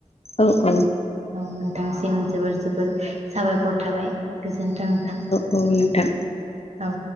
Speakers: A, on the left; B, on the right.
A: औ औ
B: औ नोंथांसिम जोबोर जोबोर साबायखर थाबाय गोजोन्थों नोंथां
A: औ नोंथां।
B: औ